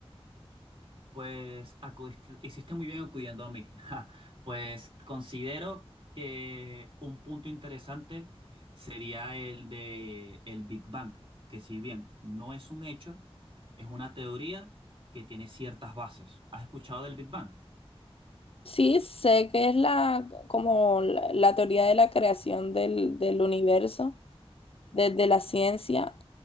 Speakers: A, on the right (about 55°); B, on the left (about 65°).
A: Pues acudiste, hiciste muy bien acudiendo a mí. <laughs> Ja, Pues considero que un punto interesante sería el de el Big Bang, que si bien no es un hecho, es una teoría que tiene ciertas bases. ¿Has escuchado del Big Bang?
B: Sí, sé que es la, como la, la teoría de la creación del, del universo. desde la ciencia,